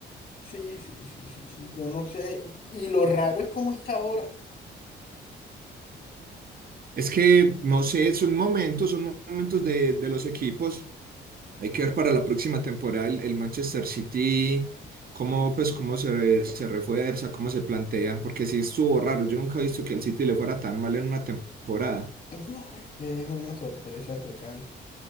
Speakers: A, on the left; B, on the right.
A: sí, sí, sí, sí, sí, yo no sé, y lo raro es cómo está ahora.
B: Es que, no sé, son momentos, son momentos de, de los equipos. Hay que ver para la próxima temporada el, el Manchester City, cómo, pues, cómo se, se refuerza, cómo se plantea, porque sí estuvo raro. Yo nunca he visto que al City le fuera tan mal en una temporada.
A: No, es que es una sorpresa total.